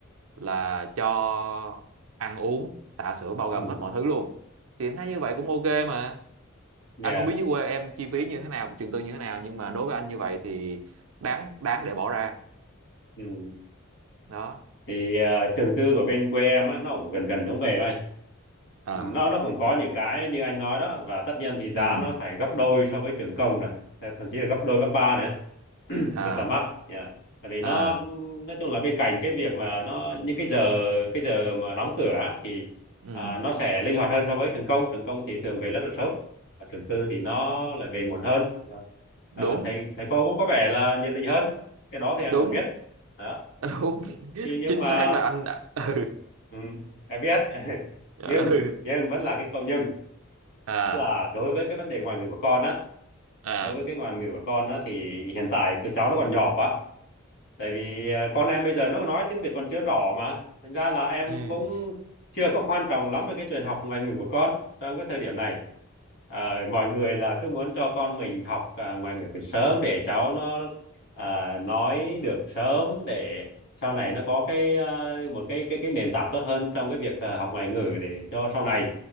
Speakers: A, on the right; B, on the left.
A: là cho ăn uống tã sữa bao gồm
B: ừ
A: hết mọi thứ luôn thì anh thấy như vậy cũng ok mà
B: yeah
A: anh không biết dưới quê em chi phí như thế nào trường tư như thế nào nhưng mà đối với anh như vậy thì đáng đáng để bỏ ra
B: ừ
A: đó
B: thì à, trường tư của bên quê em á nó cũng gần gần giống về thôi
A: à
B: Ừ, nó nó cũng có những cái như anh nói đó và tất nhiên thì giá
A: ừ
B: nó phải gấp đôi so với trường công rồi thậm chí là gấp đôi gấp ba nữa
A: à
B: rất là mắc yeah. tại vì nó
A: à
B: nói chung là bên cạnh cái việc mà nó những cái giờ cái giờ mà đóng cửa á, thì
A: ừ
B: à, nó sẽ linh hoạt hơn so với trường công trường công thì thường về rất là sớm và trường tư thì nó lại về muộn hơn
A: đúng
B: à, thầy thầy cô cũng có vẻ là nhiệt tình hơn cái đó thì em
A: đúng
B: vẫn biết đó
A: đúng <laughs>
B: thì nhưng
A: chính
B: mà
A: xác là anh đã- <laughs> ừ
B: ừ, em biết <laughs>
A: ừ
B: nhưng nhưng vẫn là cái câu nhưng
A: à
B: tức là đối với cái vấn đề ngoại ngữ của con á
A: à
B: đối với cái ngoại ngữ của con á thì hiện tại tụi cháu nó còn nhỏ quá tại vì à, con em bây giờ nó nói tiếng Việt còn chưa rõ mà thành ra là em
A: ừ.
B: cũng chưa có quan trọng lắm về cái chuyện học ngoại ngữ của con trong cái thời điểm này à, mọi người là cứ muốn cho con mình học à, ngoại ngữ từ sớm để cháu nó à, nói được sớm để sau này nó có cái à, một cái cái cái nền tảng tốt hơn trong cái việc à, học ngoại ngữ để cho sau này